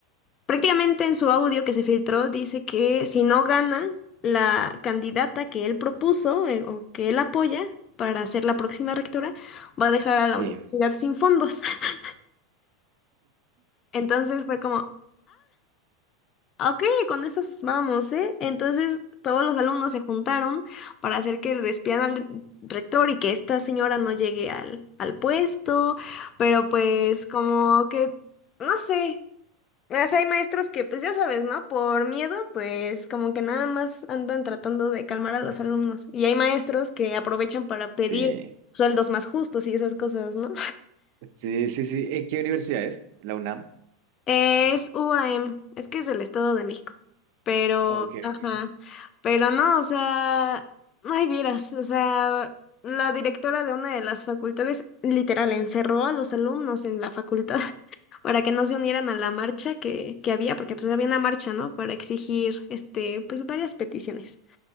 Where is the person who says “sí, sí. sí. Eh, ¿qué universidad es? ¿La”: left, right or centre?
Right